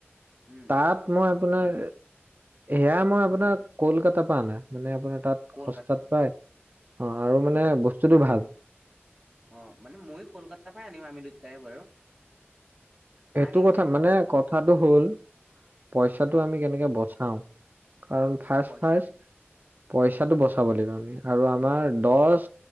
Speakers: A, in the centre; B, on the right (about 45°).
A: উম,
B: তাত মান আপোনাৰ সেয়া মই আপোনাৰ কলকাতাৰ পৰা আনা মানে আপোনাৰ তাত
A: কলকাতা
B: সস্তাত পায় অ' আৰু মানে বস্তুটো ভাল।
A: অ' মানে ময়ো কলকাতাৰ পৰাই আনিম আমি দুটাই বাৰু।
B: সেইটো
A: আনিম
B: কথা
A: যে
B: মানে, কথাটো হ'ল পইচাটো
A: অ',
B: আমি কেনেকে বচাও। কাৰণ ফাৰ্ষ্ট-ফাৰ্ষ্ট
A: অ', পইচাটো
B: পইচাটো
A: অ',
B: বচাব লাগিব আমি, আৰু আমাৰ দছ